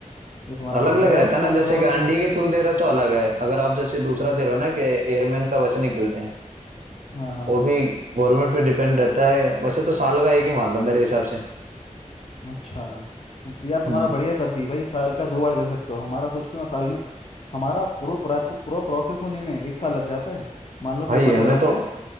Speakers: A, on the left; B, on the right.
A: ये तुम्हारा
B: अलग
A: बढ़िया
B: अलग
A: है
B: रहता
A: यार
B: है
A: साल
B: ना
A: में
B: जैसे
A: दो बार
B: कि
A: होता
B: अंडी
A: है
B: के थ्रू दे रहे हो तो अलग है अगर आप जैसे दूसरा
A: हाँ
B: दे रहे हो ना कि एयरमैन का वैसे निकलते हैं
A: हाँ हाँ।
B: वो भी गवर्नमेंट पे डिपेंड रहता है वैसे तो साल का एक ही मान लो मेरे हिसाब से
A: अच्छा अब यार तुम्हारा
B: हम्म
A: बढ़िया है तब भी भाई साल का दो बार दे सकते हो हमारा सोचो ना साल में हमारा पूरा प्रोसेस पूरा प्रोसेस होने में एक साल लग जाता है मान लो पेपर
B: भाई हमें
A: दे रहा
B: तो
A: हूँ मैं